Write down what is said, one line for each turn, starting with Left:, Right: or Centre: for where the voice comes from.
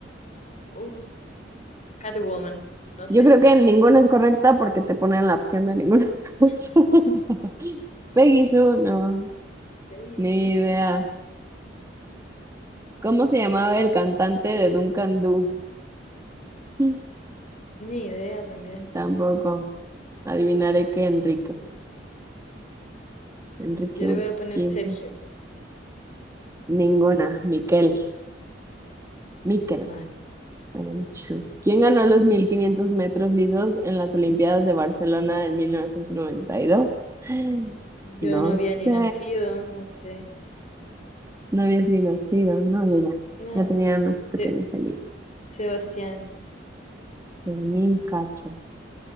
Left: Uh, Catwoman, no
Right: Yo
Left: sé.
Right: creo que ninguna es correcta porque te ponen la opción de ninguna es
Left: Ujú.
Right: correcta. <laughs> Peggy Sue, no,
Left: ¿Qué hizo?
Right: ni idea. ¿Cómo se llamaba el cantante de Duncan Du? Mm,
Left: Ni idea también.
Right: Tampoco. Adivinaré que Enrique. Enrique
Left: Yo le
Right: Urquijo.
Left: voy a poner Sergio.
Right: Ninguna. Miquel. Miquel.
Left: Mal.
Right: Aranchu. ¿Quién ganó los 1500 metros lisos en las Olimpiadas de Barcelona de 1992? <gasps>
Left: Yo
Right: No
Left: no había
Right: sé.
Left: ni nacido, no sé.
Right: No habías ni nacido, no, yo ya.
Left: No.
Right: Ya tenía unos
Left: Se-
Right: pequeños añitos.
Left: Sebastián.
Right: Fermín Cacho.